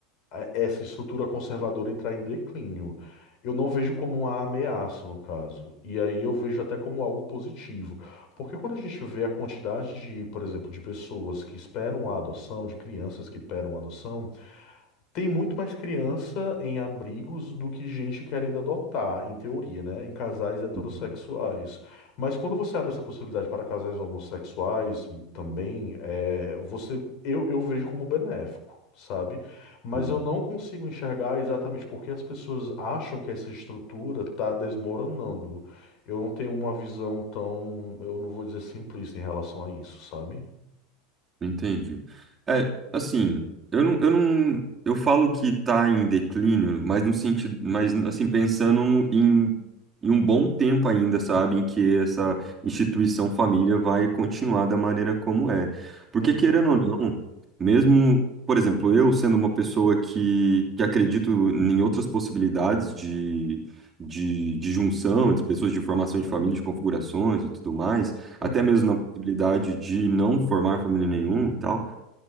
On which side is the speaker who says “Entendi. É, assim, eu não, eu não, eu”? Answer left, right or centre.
Right